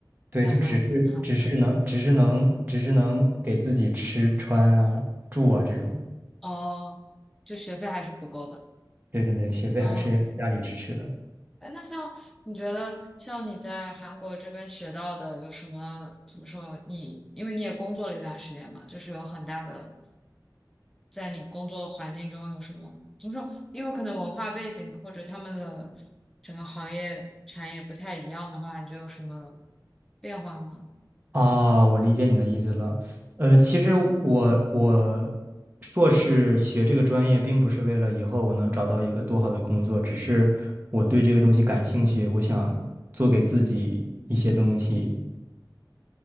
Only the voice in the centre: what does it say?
在韩韩
哦，就学费还是不够的。
啊！哎，那像你觉得，像你在韩国这边学到的有什么？怎么说？你因为你也工作了一段时间嘛，就是有很大的，在你工作环境中有什么？怎么说？因为可能文化背景或者他们的整个行业产业不太一样的话，你觉得有什么变化吗？